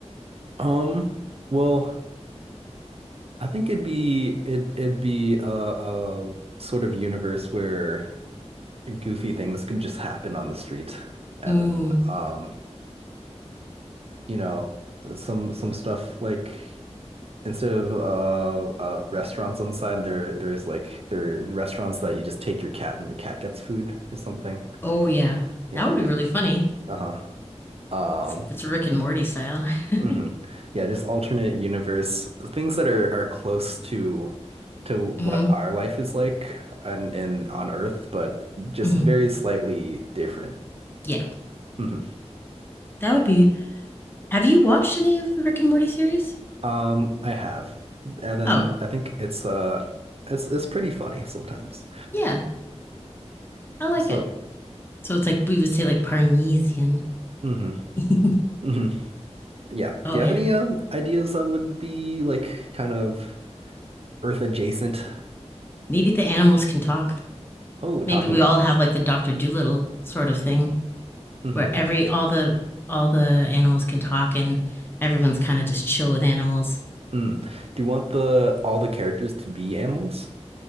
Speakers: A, on the right; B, on the left.
A: Um, well, I think it'd be it it'd be a, a sort of universe where goofy things could just happen on the street, and
B: Mm.
A: then um, you know, some some stuff like instead of uh, uh restaurants on the side, there there's like there are restaurants that you just take your cat and your cat gets food or something.
B: Oh yeah,
A: Yeah,
B: that would
A: just
B: be really funny.
A: uh-huh. Um,
B: It's it's Rick and Morty style. <laughs>
A: hmm Yeah, just alternate universe things that are are close to to what
B: hmm
A: our life is like and and on Earth, but just
B: hmm
A: very slightly different.
B: Yeah,
A: hmm
B: that would be Have you watched any of the Rick and Morty series?
A: Um, I have, and then
B: Oh,
A: I think it's uh it's it's pretty funny sometimes.
B: yeah, I like
A: So,
B: it. So it's like we would say like Parmesan.
A: hmm
B: <laughs>
A: hmm Yeah.
B: oh
A: Do you have
B: yeah,
A: any um ideas that would be like kind of Earth adjacent?
B: maybe the animals can talk.
A: Oh, talking
B: Maybe we
A: animals.
B: all have like
A: Yeah.
B: the Doctor Doolittle sort of thing,
A: hmm
B: where every all the all the animals can talk and everyone's kind of just chill with animals.
A: Mm. Do you want the all the characters to be animals?